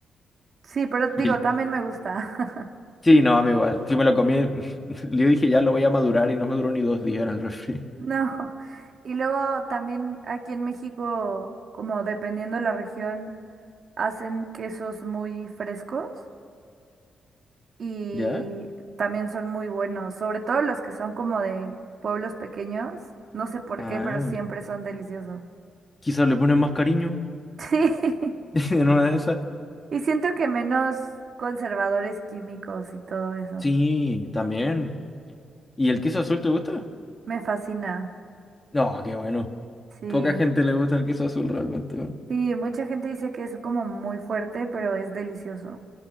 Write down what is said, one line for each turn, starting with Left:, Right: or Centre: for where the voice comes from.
Right: Sí, pero digo,
Left: Y el...
Right: también me gusta. <laughs>
Left: Sí, no, a mí igual. Si me lo comí, <laughs> yo dije ya lo voy a madurar y no me duró ni dos días en el refri.
Right: No. Y luego también aquí en México, como dependiendo la región, hacen quesos muy frescos y
Left: ¿Ya?
Right: también son muy buenos, sobre todo los que son como de pueblos pequeños. No sé por
Left: Ah.
Right: qué, pero siempre son deliciosos. <laughs>
Left: Quizás le ponen más cariño
Right: Sí.
Left: <laughs> en una de esas.
Right: Y siento que menos conservadores químicos y todo eso.
Left: Sí, también. ¿Y el queso azul te gusta?
Right: Me fascina.
Left: No, qué bueno.
Right: Sí.
Left: Poca gente le gusta el queso azul realmente. weón.
Right: Sí, mucha gente dice que es como muy fuerte, pero es delicioso.